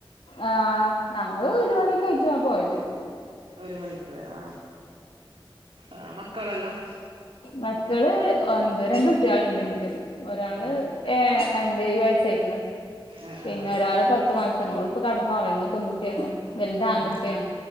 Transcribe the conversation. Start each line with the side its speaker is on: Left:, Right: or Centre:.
Left: ആഹ് ഞങ്ങള് ഒരു മണിയക്കായിട്ട പോയത്
Right: ഒരു മണിക്ക് പോയ ആഹ് ആഹ് മക്കളല്ലാം
Left: മക്കള് ഒന്ത് രണ്ട് കുട്ടികല്ണ്ട് എൻക്ക് ഒരാള്
Right: ആഹ്
Left: ഏഹ് എന്തേയ് വയസ്സായിക്കണ്
Right: ആഹ്
Left: പിന്നെ
Right: ആഹ്
Left: ഒരാള് പത്ത് മാസ നോള് ഇപ്പൊ കടന്നുറങ്ങി പെൺകുട്ടിയാണ് വല്ത് ആൺകുട്ടിയാണ്
Right: ആഹ്